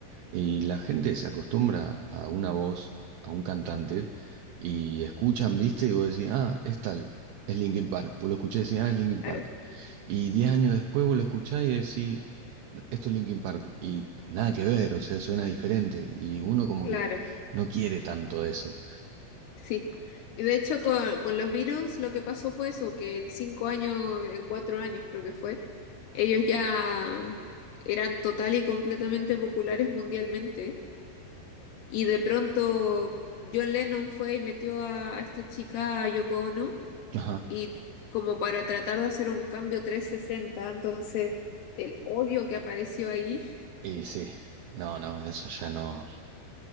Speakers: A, on the right (about 80°); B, on the left (about 70°).
A: Y la gente se acostumbra a una voz, a un cantante, y escuchan, viste, y vos decís, ah, es tal, es Linkin Park. Vos lo escuchás y decís, ah, es Linkin
B: Claro,
A: Park. Y 10 años después vos lo escuchás y decís, esto es Linkin Park, y nada que ver, o sea, suena diferente, y uno como
B: claro,
A: que no quiere tanto eso.
B: sí. Y de hecho con, con los virus lo que pasó fue eso, que en cinco años, en cuatro años creo que fue, ellos ya eran total y completamente populares mundialmente y de pronto John Lennon fue y metió a, a esta chica, a Yoko Ono,
A: Ajá.
B: y como para tratar de hacer un cambio 360 entonces el odio que apareció ahí,
A: Y sí, no, no, eso ya no.